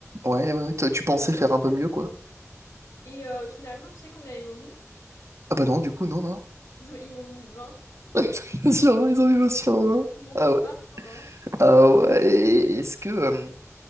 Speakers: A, on the right (about 60°); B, on the left (about 70°).
A: ouais, ouais, ouais. Toi, Tu
B: ce
A: pensais
B: que je
A: faire
B: devais
A: un peu
B: dire.
A: mieux, quoi.
B: Et euh, finalement, tu sais combien ils m'ont mis?
A: Ah bah non, du coup, non, non.
B: Ils ont ils m'ont mis vingt
A: <laughs> Bien sûr, les animations, hein.
B: Ils m'ont
A: Ah
B: mis
A: ouais.
B: vingt sur vingt
A: Ah ouais. et Est-ce que, euh,